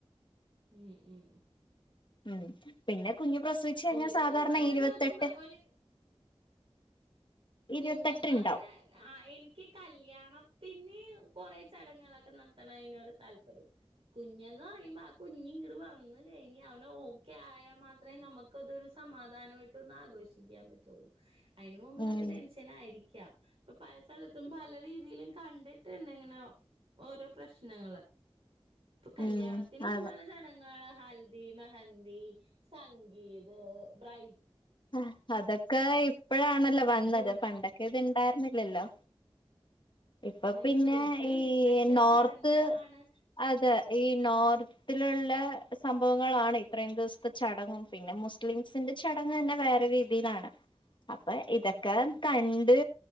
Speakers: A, on the right (about 65°); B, on the left (about 50°).
A: ഉം ഉം
B: ഉം പിന്നെ കുഞ്ഞ് പ്രസവിച്ച് കഴിഞ്ഞാ
A: ഒരു
B: സാധാരണ
A: ഭാഗം
B: ഇരുപത്തെട്ട്
A: നോക്കുമ്പോ ഒരു
B: ഇരുപത്തെട്ട്
A: കുഞ്ഞെന്ന് പറയണെ
B: ഉണ്ടാവും
A: ആഹ് എനിക്ക് കല്യാണത്തിന് കൊറെ ചടങ്ങുകളൊക്കെ നടത്തണതിനോട് താല്പര്യം ഉണ്ട് കുഞ്ഞെന്ന് പറയുമ്പ ആഹ് കുഞ്ഞ് ഇങ്ങട് വന്ന് കഴിഞ്ഞ് അവൻ ഓക്കെ ആയാ മാത്രേ നമുക്ക് ക്കതൊരു സമാധാനോയിട്ട് ഒന്ന് ആഘോഷിക്കാൻ പറ്റുള്ളൂ അയ്ന് മുമ്പ്
B: ഉം
A: നമുക്ക് ഡെലി ങ്ങനായിരിക്കാം ഇപ്പൊ പല സ്ഥലത്തും പല രീതിയിലും കണ്ടിട്ടുണ്ട് ഇങ്ങനെ ഓരോ പ്രശ്നങ്ങള് ഇപ്പൊ കല്യാണത്തിന്
B: ഉം
A: മുമ്പുള്ള
B: അതെ
A: ചട ങ്ങള് ഹൽദി മെഹന്തി സംഗീത് ബ്രൈ
B: ആഹ് അതൊക്കെ ഇപ്പഴാണല്ലോ വന്നത്
A: ബ്രൂ
B: പണ്ടൊക്കെ ഇത് ഇണ്ടാരുന്നില്ലല്ലോ ഇപ്പൊ
A: അയ്യോ
B: പിന്നെ
A: ഇപ്പ
B: ഈ
A: എന്തൊക്കെ
B: നോർത്ത്
A: ചടങ്ങുകളാണ്
B: അതെ ഈ നോർത്തിലുള്ള സംഭവങ്ങളാണ് ഇത്രയും ദിവസത്തെ ചടങ്ങും പിന്നെ മുസ്ലിംസിന്റെ ചടങ്ങ് ങ്ങന്നെ വേറെ രീതിലാണ് അപ്പ ഇതൊക്കെ കണ്ട്